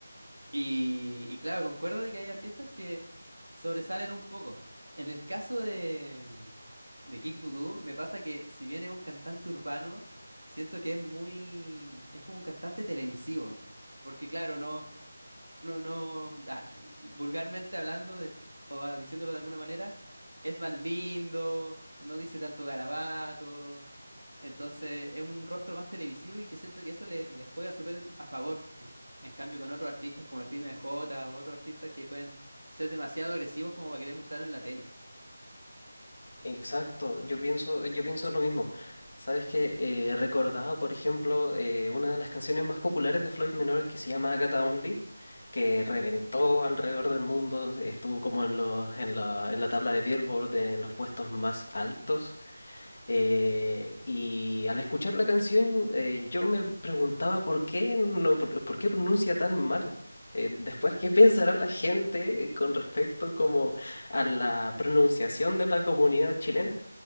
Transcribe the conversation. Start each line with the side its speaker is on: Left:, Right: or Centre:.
Right: Y, y claro, concuerdo de que hay artistas que sobresalen un poco. En el caso de, de Kick Voodoo, me pasa que si bien es un cantante urbano, siento que es muy, es como un cantante televisivo. Porque claro, no, no, no, ah, vulgarmente hablando de- o ah, diciéndolo de alguna manera, es más lindo, no dice tanto garabato, entonces es un rostro más televisivo y que siento que eso le, le juega súper en- a favor. En, en cambio, con otros artistas como el Crimen de Jota o otros artistas que pueden ser demasiado agresivos como para querer mostrarlo en la tele.
Left: Exacto, yo pienso, yo pienso lo mismo. Sabes que eh, recordaba, por ejemplo, eh, una de las canciones más populares de Floyd Menor que se llama Agatha Only, que reventó alrededor del mundo, estuvo como en los, en la, en la tabla de Billboard, en los puestos más altos eh, y al escuchar la canción eh, yo me preguntaba por qué, no, por qué pronuncia tan mal. Eh, después, ¿qué pensará la gente con respecto como a la pronunciación de la comunidad chilena?